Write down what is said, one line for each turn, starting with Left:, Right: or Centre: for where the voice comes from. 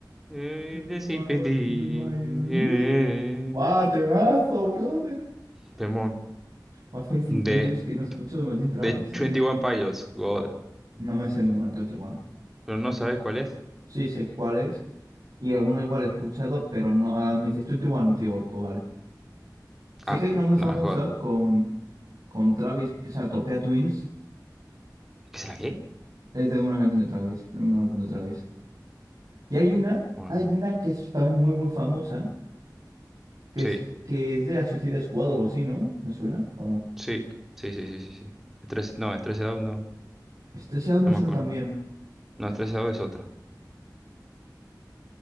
Centre: Eh,
Right: Everyone
Centre: the sympathy.
Right: wants to be my enemy.
Centre: Eh, eh,
Right: ¡Guau,
Centre: eh.
Right: temazo, brother!
Centre: Temón.
Right: Hace 50
Centre: De
Right: años que no escucho de Imagine Dragons,
Centre: De
Right: ¿eh?
Centre: 21 Pilots, God.
Right: No me sé ninguna de 21.
Centre: ¿Pero no sabes cuál es?
Right: Sí, sé cuál es. Y alguno igual he escuchado, pero no. ah, Me dices 21, digo, pues vale. Sí
Centre: Ah,
Right: que hay una muy famosa
Centre: no, es God.
Right: con, con Travis, que se llama Topia Twins.
Centre: ¿Qué es la qué?
Right: Es de una canción de Travis, en un álbum de Travis. Y hay una,
Centre: Bueno,
Right: hay una que es también muy, muy famosa, que
Centre: sí,
Right: es, que es de la Suicide Squad o algo así, ¿no? ¿Me suena o no?
Centre: sí, sí, sí, sí, sí, sí. Stress- no, Stressed Out no,
Right: Este sí me
Centre: no
Right: suena
Centre: me acuerdo.
Right: también.
Centre: No, Stressed Out es otra.